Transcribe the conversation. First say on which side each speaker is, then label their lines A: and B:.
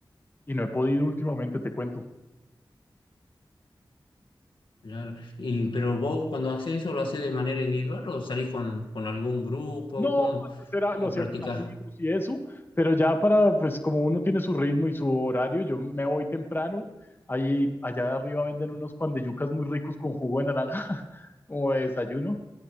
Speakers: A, on the left; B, on the left.
A: y no he podido últimamente, te cuento.
B: Claro. Y, pero vos cuando haces eso, ¿lo haces de manera individual o salís con, con algún grupo?
A: No,
B: ¿Cómo,
A: antes era,
B: cómo
A: lo hacía
B: practicás?
A: con amigos y eso, pero ya para, pues como uno tiene su ritmo y su horario, yo me voy temprano, ahí allá de arriba venden unos pan de yucas muy ricos con jugo de naranja <laughs> como de desayuno,